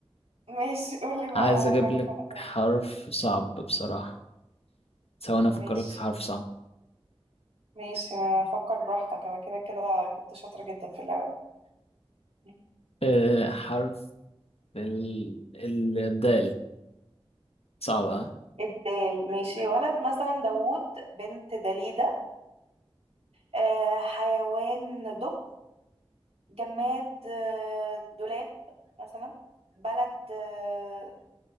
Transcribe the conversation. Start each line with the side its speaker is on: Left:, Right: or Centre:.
Right: ماشي قولي بقى
Left: عايز أجيب
Right: حرف
Left: لك
Right: انا كمان
Left: حرف صعب بصراحة سواء أنا أفكر
Right: ماشي
Left: لك في حرف صعب
Right: ماشي ما فكر براحتك انا كده كده كنت شاطرة جدا في اللعبة دي.
Left: أه حرف ال... ال- الدال صعبة ها؟
Right: الدال ماشي ولد مثلا داوود بنت دليدة آه حيوان دب جماد آه دولاب مثلا بلد آه